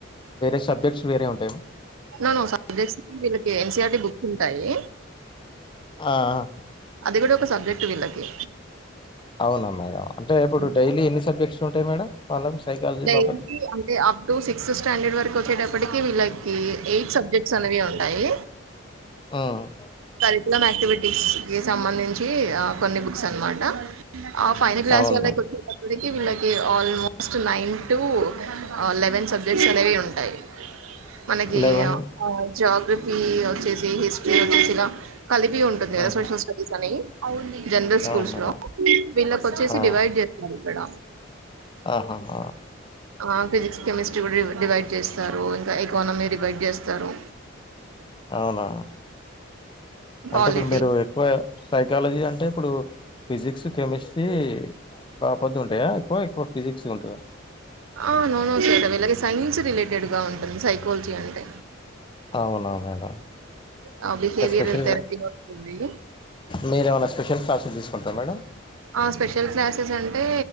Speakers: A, on the left (about 25°); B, on the right (about 80°).
A: వేరే సబ్జెక్ట్స్ వేరే ఉంటాయ
B: నోనో సబ్జెక్ట్స్ కి వీళ్ళకి ఎన్సిఆర్టీ బుక్స్ ఉంటాయి
A: ఆ! ఆ!
B: అది కూడా ఒక సబ్జెక్ట్ వీళ్ళకి
A: అవ్నా మేడం అంటే ఇప్పుడు
B: హ్మ్.
A: డైలీ ఎన్ని సబ్జెక్ట్స్ ఉంటాయ్ మేడం వాళ్ళకు సైకాలజీ
B: డైలీ
A: బాపతి
B: అంటే అప్ టు సిక్స్త్ స్టాండర్డ్ వరకు వచ్చేటప్టికి వీళ్ళక్ కి ఎయిట్ సబ్జెక్ట్స్ అనేవి ఉంటాయి
A: ఉమ్
B: కార్కులం క్టివిటీస్కి సంబంధించి అ కొన్ని బుక్స్ అన్మాట ఆ ఫైనల్ క్లాస్
A: అవును
B: వాళ్లకోచేటప్పడ్కి
A: మేడం
B: వీళ్ళకి ఆల్మో స్ట్ నైన్ టు అ లెవెన్ సబ్జెక్ట్స్ అనేవి ఉంటాయ్ మనకి
A: లెవెన్
B: అ అ జోగ్రఫీ ఒచ్చేసి హిస్ట్రీ ఒచ్చేసి ఇలా కలిపి ఉంటుంది కదా
A: ఉహు
B: సోషల్ స్టడీస్ అని జన్రల్ స్కూల్స్
A: అవును మేడం
B: లో వీళ్ళకోచ్చేసి
A: ఆ
B: డివైడ్ చేస్తరిక్కడ
A: ఆహా హ
B: ఆ ఫిజిక్స్ కెమిస్ట్రీ కూడా డివైడ్ చేస్తారు ఇంకా ఎకానమీ డివైడ్ చేస్తారు
A: అవునా అంటే
B: పాలిటీ
A: ఇప్పుడు మీరు ఎక్కువ సైకాలజీ అంటే ఇప్పుడు ఫిజిక్స్ కెమిస్ట్రీ బా పెద్దగుంటయ ఎక్కువ ఎక్కువ ఫిజిక్స్ ఉంటదా
B: ఆ నోనో సర్ వీలాగ సైన్స్ రిలేటెడ్ గా ఉంటుంది సైకాలజీ అంటే
A: అవునా మేడం
B: ఆ! బిహేవియరల్
A: అంటే స్పెషల్గా
B: థెరపీ వస్తుంది.
A: మీరేమన్న స్పెషల్ క్లాసు తీస్ ఒకే మేడం
B: ఆ స్పెషల్ క్లాసెస్ అంటే